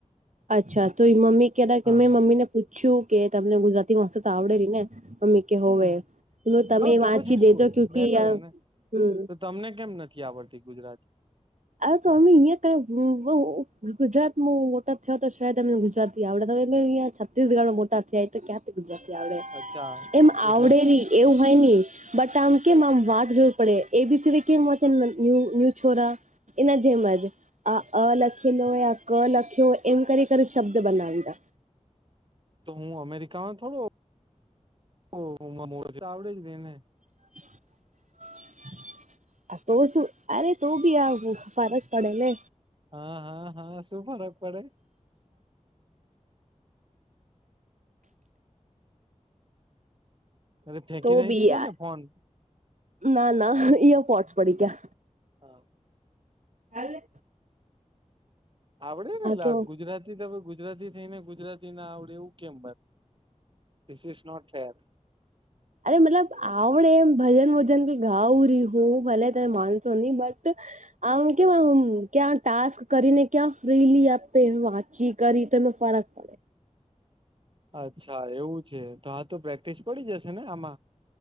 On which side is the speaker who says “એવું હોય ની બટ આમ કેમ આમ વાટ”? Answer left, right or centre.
Right